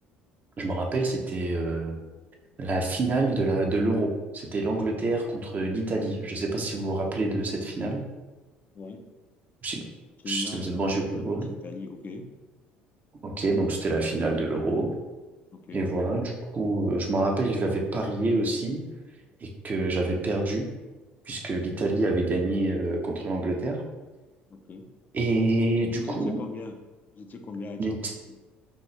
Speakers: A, on the right (about 35°); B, on the left (about 35°).
A: je me rappelle, c'était euh, la finale de la, de l'Euro. C'était l'Angleterre contre l'Italie. Je ne sais pas si vous vous rappelez de cette finale,
B: Oui.
A: si,
B: Finale,
A: si vous êtes
B: Angleterre
A: branché au football.
B: contre Italie. OK.
A: Ok, donc c'était la finale de l'Euro.
B: OK.
A: Et voilà, du coup, euh, je me rappelle, je l'avais parié aussi, et que j'avais perdu, puisque l'Italie avait gagné euh, contre l'Angleterre.
B: OK.
A: Et du
B: Vous
A: coup,
B: étiez combien? Vous étiez combien à être
A: les
B: parti?